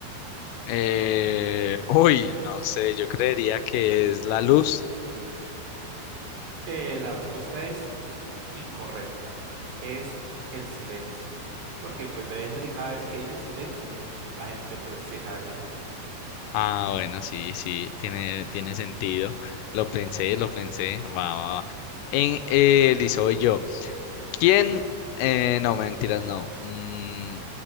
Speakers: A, on the left; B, on the right.
A: Eh, uy, no sé, yo creería que es la luz.
B: Eh, la respuesta es Incorrecta. Es el silencio. Porque pues debe ser que cada vez que dices silencio, la gente pues se calla.
A: Ah, bueno, sí, sí, tiene, tiene sentido. Lo pensé, lo pensé. Va, va, va. En eh, Lizo y soy yo. ¿Quién? eh, no, mentiras, no. Mm,